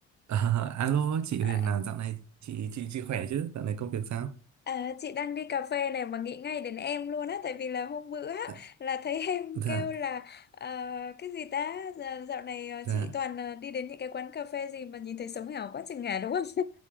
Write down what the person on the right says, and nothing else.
Ờ, alo chị
Huyền là dạo này chị chị chị khỏe chứ? Dạo này công việc sao?
Ờ,
Dạ
dạ